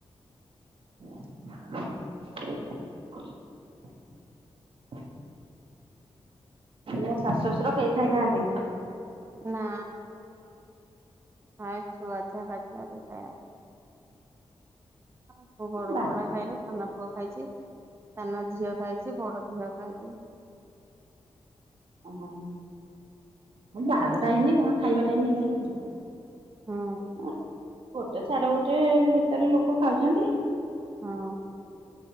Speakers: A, on the right; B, on the right.
A: <unintelligible> ଏ ମୋ ଶାଶ ଶଶୁର
B: ହଁ।
A: କେହି ଖାଇନାହାନ୍ତି।
B: ନା। ହଁ ଛୁଆ ତ <unintelligible> ହଁ। ଆଉ <unintelligible>
A: ବା
B: କଣ ଖାଇଚି? ସାନ ଝିଅ ଖାଇଚି, ବଡ ଝିଅ କାଇଚି।
A: ଓହୋ। ହୁଁ ବାରଟା ହେଇନି କଣ ଖାଇବା? ଟାଇମ ହେଲାନି କି?
B: ହୁଁ
A: <unintelligible> ଗୋଟେ ସାଢେ ଗୋଟେ ଭିତରେ ଲୋକ ଖାଉଚନ୍ତି।
B: ହଁ।